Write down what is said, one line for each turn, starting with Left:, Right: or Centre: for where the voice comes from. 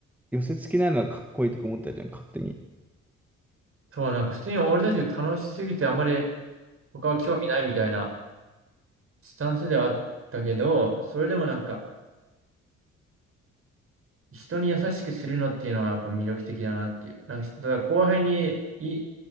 Centre: 寄せ付きないのがかっこいいとか思ったじゃん、勝手に。
Right: そう、なんか普通に俺たちが楽しすぎてあまり他は興味ないみたいなスタンスではあったけど、それでもなんか人に優しくするのっていうのはやっぱ魅力的だなっていう。なんかただ後輩にい